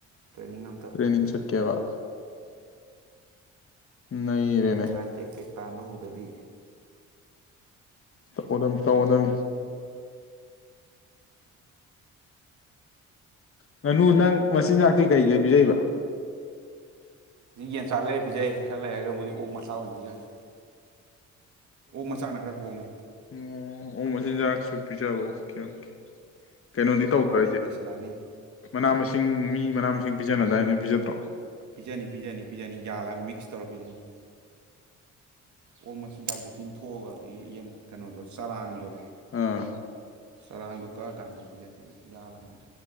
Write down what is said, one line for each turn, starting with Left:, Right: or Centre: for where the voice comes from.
Right: ꯇ꯭ꯔꯦꯅꯤꯡ ꯑꯝꯇ
Left: ꯇꯦꯅꯤꯡ ꯆꯠꯀꯦꯕ ꯅꯩꯔꯦꯅꯦ
Right: ꯍꯥꯏ ꯇꯦꯛ ꯇꯦꯛ ꯇꯥꯟꯕ ꯍꯧ ꯑꯗꯨꯗꯤ
Left: ꯇꯧꯒꯗꯕꯅꯤ ꯇꯧꯒꯗꯕꯅꯤ꯫ ꯉꯥꯅꯨ ꯅꯪ ꯃꯆꯤꯟꯖꯥꯛꯇꯤ ꯀꯩ ꯀꯩ ꯄꯤꯖꯩꯕ
Right: ꯌꯦꯟꯆꯥꯛ ꯂꯩꯔ ꯄꯤꯖꯩ ꯈꯔ ꯂꯩꯔꯒꯕꯨꯗꯤ ꯑꯣꯛ ꯃꯆꯥ ꯑꯣꯏꯅ ꯄꯤꯖꯅꯤ ꯑꯣꯛ ꯃꯆꯥꯛꯅ ꯈꯔ ꯍꯣꯡꯉꯦ
Left: ꯑꯣ ꯑꯣ ꯑꯣꯛ ꯃꯆꯤꯟꯖꯥꯛꯁꯨ ꯄꯤꯖꯕ ꯑꯣꯀꯦ ꯑꯣꯀꯦ ꯀꯩꯅꯣꯗꯤ ꯇꯧꯗ꯭ꯔ
Right: ꯑꯣꯛꯁꯨ
Left: ꯍꯥꯏꯁꯦ
Right: ꯂꯣꯏꯁꯤꯜꯂꯛꯑꯅꯤ
Left: ꯃꯅꯥ ꯃꯁꯤꯡ ꯃꯁꯤꯡ ꯃꯤ ꯃꯅꯥ ꯃꯁꯤꯡ ꯄꯤꯖꯅꯗꯥꯏꯅꯦ ꯅꯪ ꯄꯤꯖꯗ꯭ꯔꯣ
Right: ꯄꯤꯖꯅꯤ ꯄꯤꯖꯥꯅꯤ ꯄꯤꯖꯅꯤ ꯌꯥꯜꯂ ꯃꯤꯛꯁ ꯇꯧꯔ ꯄꯤꯖꯅꯤ ꯑꯣꯛ ꯃꯆꯤꯟꯖꯥꯛꯇꯣ ꯇꯤꯡꯊꯣꯛꯑꯒ ꯑꯗꯒꯤ ꯌꯦꯟ ꯀꯩꯅꯣꯗꯣ ꯆꯔꯥꯡꯗꯣ
Left: ꯑꯥ
Right: ꯆꯔꯥꯡꯗꯣ ꯀꯛꯑꯀꯥꯟꯗ ꯄꯤꯖꯗꯦꯕ ꯌꯥꯜꯂꯀꯥꯟꯗ